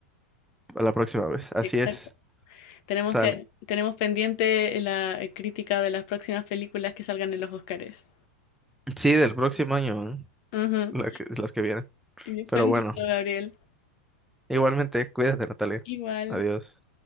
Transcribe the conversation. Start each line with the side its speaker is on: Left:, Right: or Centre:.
Centre: a la próxima vez. Así
Left: Exacto.
Centre: es,
Left: Tenemos
Centre: sale.
Left: que, tenemos pendiente la eh, crítica de las próximas películas que salgan en los Oscars.
Centre: Sí, del próximo año, ¿eh?
Left: Ujú.
Centre: La que- las que vienen.
Left: Y fue
Centre: Pero
Left: un
Centre: bueno,
Left: gusto, Gabriel.
Centre: igualmente, cuídate, Natalia.
Left: Igual.
Centre: Adiós.